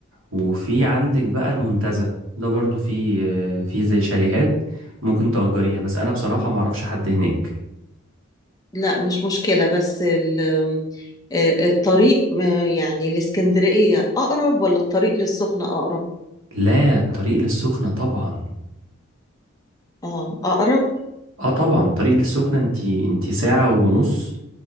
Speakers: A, on the right; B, on the left.
A: وفي عندك بقى المنتزه ده برضو في آه، في زي شاليهات ممكن تأجريها بس أنا بصراحة ما أعرفش حد هناك
B: لا مش مشكله بس ال... آه، الطريق آه، يعني الاسكندريه اقرب ولا الطريق للسخنه اقرب
A: لا الطريق للسخنة طبعا
B: اه اقرب
A: اه طبعا الطريق للسخنة انتي انتي ساعة ونص